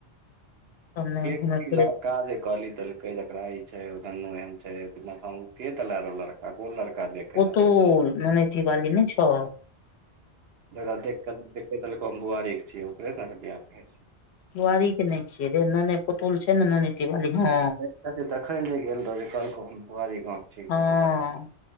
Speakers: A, on the left (about 75°); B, on the right (about 70°).
A: ने
B: के
A: घुमे
B: कर
A: फिरे
B: लड़का जे कहली देलके जेकरा ई छैन एहन के देलेऔ लड़का के कोन लड़का देखे
A: पोतल
B: रहल
A: ननथी बाली ने छै
B: जकरा देखेलको हम बुआरीक छियै ओकरे नेिय कहै छै।
A: बुआरीक के नहि छियै रे नोन पुतौल छै ने ननी तिवारी ह
B: देखैल ल जे गेल रहौ जे कहलकौ हम बुआरी गाव छी
A: हँ
B: कत